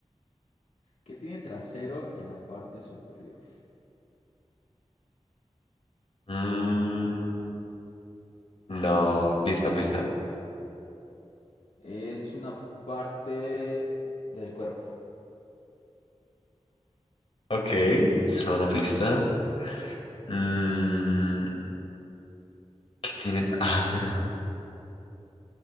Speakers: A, on the left; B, on the left.
A: ¿Qué tiene trasero en la parte superior?
B: Mm, no, pista, pista.
A: Es una parte del cuerpo.
B: Ok, suena una pista. Mm, ¿qué tiene? Ah, mira.